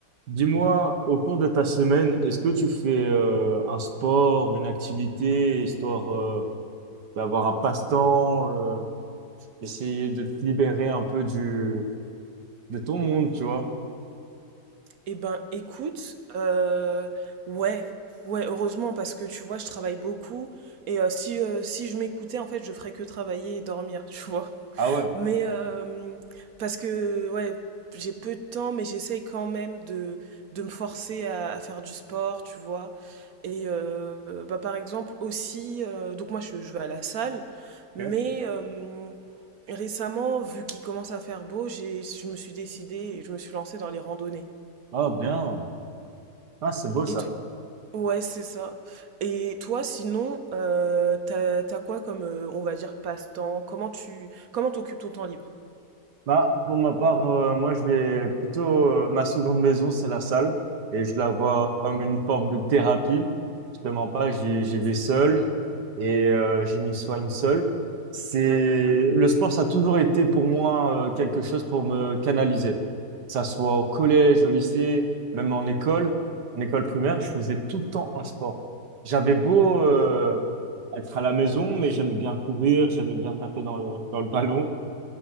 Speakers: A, on the right; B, on the right.
A: Dis-moi, au cours de ta semaine, est-ce que tu fais euh, un sport, une activité, histoire euh, d'avoir un passe-temps, euh, essayer de te libérer un peu du de ton monde, tu vois?
B: Eh ben, écoute, euh, ouais, ouais, heureusement parce que tu vois, je travaille beaucoup et euh, si euh, si je m'écoutais, en fait, je ferais que travailler et dormir, tu vois.
A: Ah ouais.
B: Mais euh, parce que ouais, j'ai peu de temps, mais j'essaye quand même de de me forcer à, à faire du sport, tu vois. Et euh, bah par exemple aussi, euh, donc moi je, je vais à la salle, mais
A: Ok.
B: euh, récemment, vu qu'il commence à faire beau, j'ai je me suis décidée et je me suis lancée dans les randonnées.
A: Ah bien. Ah, c'est beau ça.
B: Et Ouais, c'est ça. Et toi, sinon, euh, t'as, t'as quoi comme, euh, on va dire, passe-temps? Comment tu, comment t'occupes ton temps libre?
A: Bah, pour ma part, euh, moi, je vais plutôt, euh, ma seconde maison, c'est la salle, et je la vois comme une forme de thérapie. Je te mens pas, j'y, j'y vais seul, et euh, je m'y soigne seul. C'est, le sport, ça a toujours été pour moi euh, quelque chose pour me canaliser. Que ça soit au collège, au lycée, même en école, en école primaire, je faisais tout le temps un sport. J'avais beau euh, être à la maison, mais j'aimais bien courir, j'aimais bien taper dans le, dans le ballon.